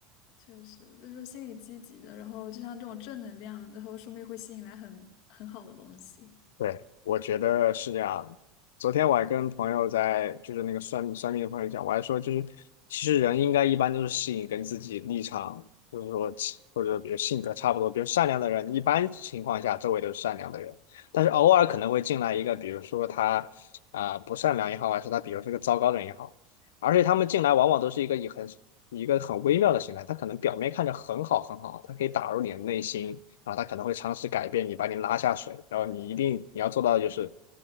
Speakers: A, on the left (about 60°); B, on the left (about 80°).
A: 确实就是心理积极的，然后就像这种正能量，然后说不定会吸引来很很好的东西。
B: 对，我觉得是这样的昨天我还跟朋友在，就是那个算命算命的朋友讲，我还说就是，其实人应该一般都是吸引跟自己立场，就是说其或者比如性格差不多，比如善良的人，一般情况下周围都是善良的人，但是偶尔可能会进来一个，比如说他啊、不善良也好，还是他比如是个糟糕的人也好，而且他们进来往往都是一个以很一个很微妙的形态，他可能表面看着很好很好，他可以打入你的内心。啊，他可能会尝试改变你，把你拉下水，然后你一定你要做到的就是